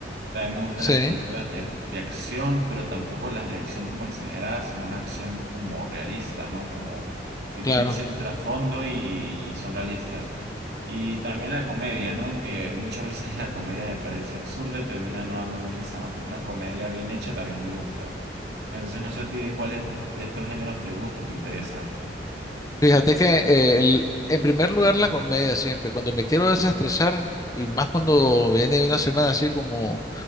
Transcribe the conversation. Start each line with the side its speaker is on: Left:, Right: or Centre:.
Right: También me gustan
Left: sí,
Right: las películas de, de acción, pero tampoco las de acción como exageradas, sino una acción como realista, ¿no? Como que tienen
Left: claro.
Right: cierto trasfondo y, y son realistas. Y también la comedia, ¿no? Que muchas veces <laughs> la comedia me parece absurda y termina no dándome risa, ¿no? Pero una comedia bien hecha también me gusta. Entonces no sé a ti de cuáles de estos géneros te gusta, o te interesa.
Left: Fíjate que eh, el- en primer lugar la comedia siempre, cuando me quiero desestresar y más cuando viene una semana así como